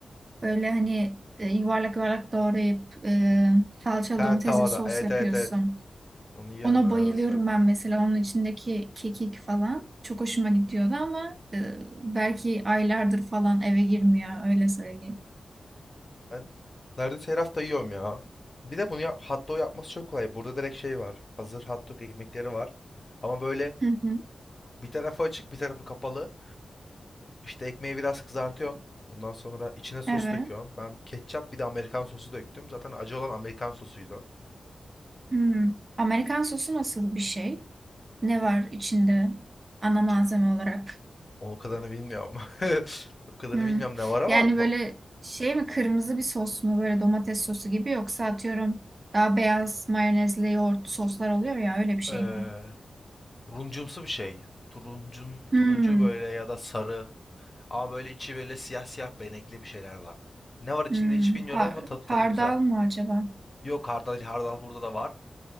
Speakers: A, on the right; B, on the left.
A: Böyle hani e, yuvarlak yuvarlak doğrayıp e, salçalı
B: Ha
A: domatesli
B: tavada.
A: bir sos
B: Evet
A: yapıyorsun.
B: evet evet. Onu yiyorum
A: Ona
B: ben
A: bayılıyorum
B: neredeyse her hafta.
A: ben mesela onun içindeki kekik falan çok hoşuma gidiyordu ama e, belki aylardır falan eve girmiyor öyle söyleyeyim.
B: Ben neredeyse her hafta yiyorum ya. Bir de bunu ya hot dog yapması çok kolay. Burada direkt şey var. Hazır hot dog ekmekleri var. Ama böyle
A: Hı hı.
B: bir tarafı açık bir tarafı kapalı. İşte ekmeği biraz kızartıyorsun. Ondan sonra içine sos
A: Evet.
B: döküyorsun. Ben ketçap bir de Amerikan sosu döktüm. Zaten acı olan Amerikan sosuydu. o.
A: Hmm. Amerikan sosu nasıl bir şey? Ne var içinde ana
B: İçi.
A: malzeme olarak?
B: O kadarını bilmiyorum. <laughs> O kadarını
A: Hmm.
B: bilmiyorum ne var ama
A: Yani
B: ba-
A: böyle şey mi kırmızı bir sos mu böyle domates sosu gibi yoksa atıyorum daha beyaz mayonezli yoğurt soslar oluyor ya öyle bir şey
B: eee,
A: mi?
B: turuncumsu bir şey. Turuncum,
A: Hmm.
B: turuncu böyle ya da sarı. Ama böyle içi böyle siyah siyah benekli bir şeyler var. Ne var içinde
A: Hmm.
B: hiç bilmiyorum
A: Har-
B: ama tadı, tadı
A: hardal
B: güzel.
A: mı acaba?
B: Yok hardal, hardal burada da var.